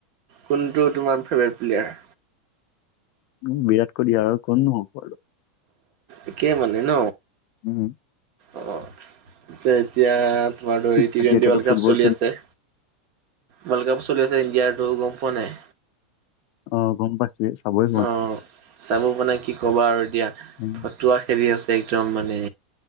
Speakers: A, on the right (about 50°); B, on the left (about 55°).
A: কোনটো তোমাৰ ফেভাৰেট প্লেয়াৰ?
B: উম' বিৰাট কোহলি আৰু কোননো হ'ব আৰু।
A: একে মানে ন।
B: উম'
A: অ' পিছে এতিয়া তোমাৰ ধৰি টি টুৱেণ্টি
B: বাকী এতিয়াতো
A: ৱৰ্ল্ড
B: ফুটবল
A: কাপ চলি আছে। ৱৰ্ল্ড কাপ চলি আছে ইণ্ডিয়াৰ, তই গম পোৱা নাই।
B: অ' গম পাইছোঁ। চে চাবইয়ে
A: অ' চাব মানে কি ক'বা আৰু এতিয়া
B: উম
A: ফতুৱা খেলি আছে একদম মানে।